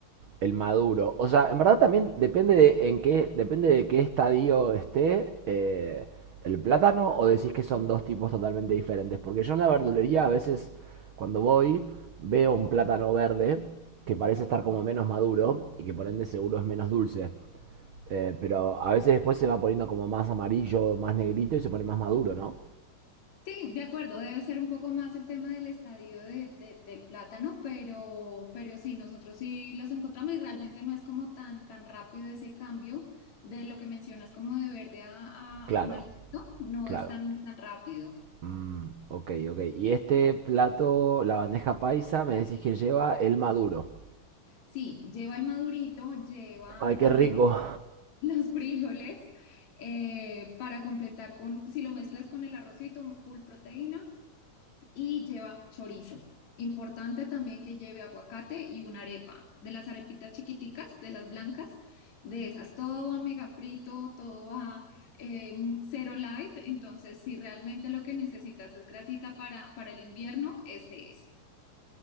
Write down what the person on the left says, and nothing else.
Sí, de acuerdo, debe ser un poco más el tema del estadio de- de- del plátano, pero, pero sí, nosotros sí los encontramos y realmente no es como tan, tan rápido ese cambio de lo que mencionas como de verde a, a
amarillito, no
es tan, tan rápido.
Sí, lleva el madurito, lleva
también
los <laughs> los frijoles eh, para completar con, si lo mezclas con el arrocito, un full proteína y lleva chorizo. Importante también que lleve aguacate y una arepa, de las arepitas chiquiticas, de las blancas, de esas. Todo va mega frito, todo va eh, cero light, entonces si realmente lo que necesitas es grasita para, para el invierno, este es.